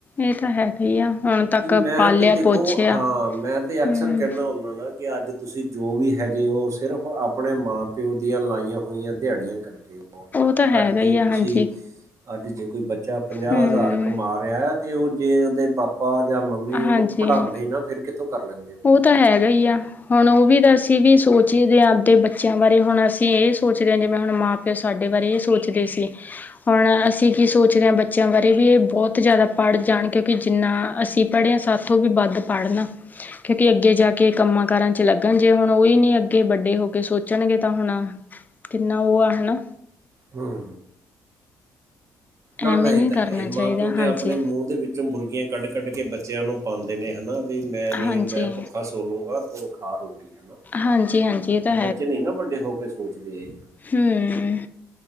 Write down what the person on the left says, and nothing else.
ਇਹ ਤਾਂ ਹੈਗਾ ਹੀ ਆ। ਹੁਣ ਤੱਕ
ਪਾਲਿਆ
ਪੋਛਿਆ
ਹਮ
ਤਾਂ ਹੈਗਾ
ਹੀ ਆ
ਹਾਂਜੀ
ਹਮ
ਹਾਂਜੀ
ਉਹ ਤਾਂ ਹੈਗਾ ਹੀ ਆ, ਹੁਣ ਉਹ ਵੀ ਤਾਂ ਅਸੀਂ ਵੀ ਸੋਚਦੇ ਹੀ ਹਾਂ ਆਪਦੇ ਬੱਚਿਆਂ ਬਾਰੇ ਹੁਣ ਅਸੀਂ ਇਹ ਸੋਚ ਰਹੇ ਹਾਂ, ਜਿਵੇਂ ਹੁਣ ਮਾਂ ਪਿਓ ਸਾਡੇ ਬਾਰੇ ਇਹ ਸੋਚਦੇ ਸੀ, ਹੁਣ ਅਸੀਂ ਅਸੀ ਕਿ ਕਿ ਸੋਚ ਰਹੇ ਹਾਂ ਬੱਚਿਆਂ ਬਾਰੇ ਵੀ ਇਹ ਬਹੁਤ ਜ਼ਿਆਦਾ ਪੜ੍ਹ ਜਾਣ ਕਿਉਂਕਿ ਜਿੰਨਾ ਅਸੀਂ ਪੜੇ ਆ, ਸਾਥੋਂ ਵੀ ਵੱਧ ਪੜ੍ਹਨ। ਕਿਉਂਕਿ ਅੱਗੇ ਜਾ ਕੇ ਕੰਮਾਂ ਕਾਰਾਂ ਚ ਲੱਗਣ ਜੇ ਹੁਣ ਉਹੀ ਨਹੀਂ ਅੱਗੇ ਵੱਡੇ ਹੋ ਕੇ ਸੋਚਣਗੇ ਤਾਂ ਹੁਣ ਕਿੰਨਾ ਉਹ ਆ ਹੈ ਨਾ।
ਐਵੇਂ
ਨਹੀਂ
ਕਰਨਾ
ਚਾਹੀਦਾ
ਹਾਂਜੀ
ਹਾਂਜੀ
ਹਾਂਜੀ ਹਾਂਜੀ ਇਹ ਤਾਂ
ਹਮ'